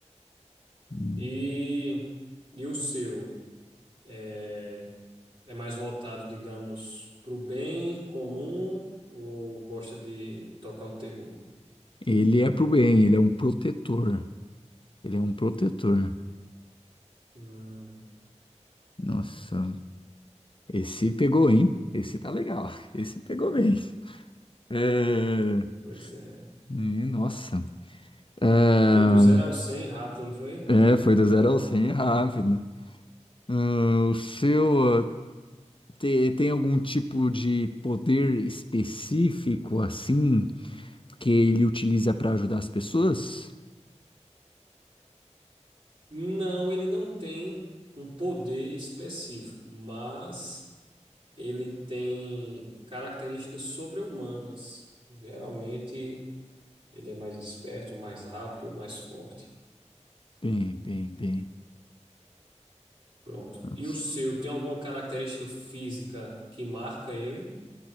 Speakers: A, on the left; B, on the right.
A: Hum.
B: E, e o seu? é É mais voltado, digamos, para o bem comum ou gosta de tocar o terror?
A: Ele é pro bem, ele é um protetor. Ele é um protetor.
B: Hum,
A: Nossa, esse pegou, hein? Esse tá legal. Esse pegou bem. É...
B: pois é.
A: hum, Nossa. Ah,
B: Foi do zero ao 100 rápido, não foi?
A: É, foi do zero ao 100 é rápido. Ah, o seu ah, te- tem algum tipo de poder específico assim que ele utiliza para ajudar as pessoas?
B: Não, ele não tem um poder específico, mas ele tem características sobre-humanas. Geralmente, ele é mais esperto, mais rápido ou mais forte.
A: Bem, bem, bem.
B: Pronto.
A: Nossa.
B: E o seu tem alguma característica física que marca ele?